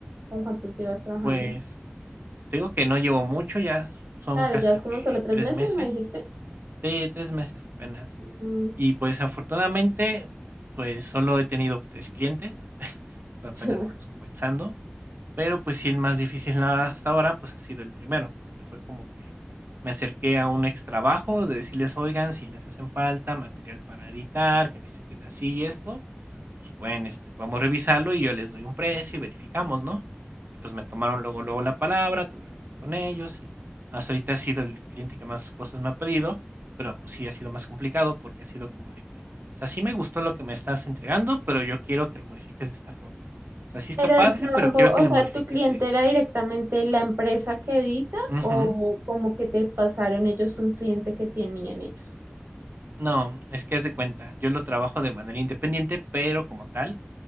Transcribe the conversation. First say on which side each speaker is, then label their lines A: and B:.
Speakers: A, on the right (about 80°); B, on the right (about 50°).
A: ¿Con cuántos llevas trabajando?
B: Pues te digo que no llevo mucho, ya son
A: Claro,
B: casi
A: ya es
B: que
A: como solo tres
B: tres
A: meses,
B: meses.
A: me dijiste.
B: Sí, 3 meses apenas.
A: Mm,
B: Y, pues, afortunadamente, pues, solo he tenido 3 clientes, <laughs> apenas
A: <laughs>
B: vamos comenzando. Pero, pues sí, el más difícil hasta ahora, pues, ha sido el primero, porque fue como que me acerqué a un extrabajo de decirles: "Oigan, si les hacen falta material para editar, que necesiten así y esto, pues pueden, este, podemos revisarlo y yo les doy un precio y verificamos", ¿no? Y, pues, me tomaron luego, luego la palabra, tuve reunión con ellos y hasta ahorita ha sido el cliente que más cosas me ha pedido, pero, pues sí, ha sido más complicado porque ha sido como de que, o sea, sí me gustó lo que me estás entregando, pero yo quiero que lo modifiques de esta forma. O sea, sí está
A: Pero
B: padre,
A: el trabajo,
B: pero quiero
A: o
B: que le
A: sea,
B: modifiques
A: ¿tu cliente
B: esto.
A: era directamente la empresa que edita
B: Ujú.
A: o como que te pasaron ellos un cliente que tenían ellos?
B: No, es que haz de cuenta, yo lo trabajo de manera independiente, pero como tal,